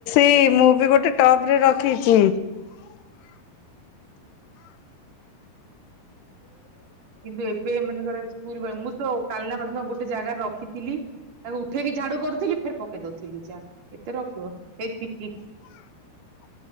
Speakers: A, on the left; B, on the right.
A: ଏଇ ମୁଁ ବି ଗୋଟେ ଟପ୍ ରେ ରଖିଛି।
B: କିନ୍ତୁ ଏବେ ଏମାନଙ୍କର ସ୍କୁଲ ମୁଁ ତ କାଲନା ପଦିନ ଗୋଟେ ଜାଗାରେ ରଖିଥିଲି। ତାକୁ ଉଠେଇକି ଝାଡୁ କରୁଥିଲି ଫେରେ ପକେଇ ଦଉଥିଲି ଚା। କେତେ ରଖିବ ସେ <unintelligible>